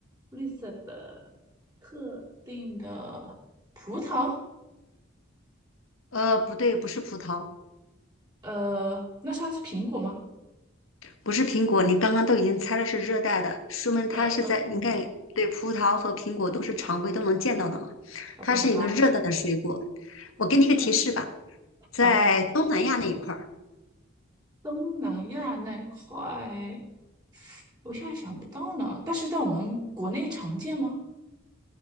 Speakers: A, on the right; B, on the left.
A: 绿色的。特定的葡萄，
B: 呃，不对，不是葡萄，
A: 呃，那它是苹果吗？
B: 不是苹果。你刚刚都已经猜了是热带的，说明它是在，
A: 嗯嗯，
B: 你看，对，葡萄和苹果都是常规都能见到的嘛，
A: 好吧好吧，
B: 它是一个热带的水果。我给你一个提示吧，
A: 嗯，
B: 在东南亚那一块儿，
A: 好，东南亚那块我现在想不到呢，但是在我们国内常见吗？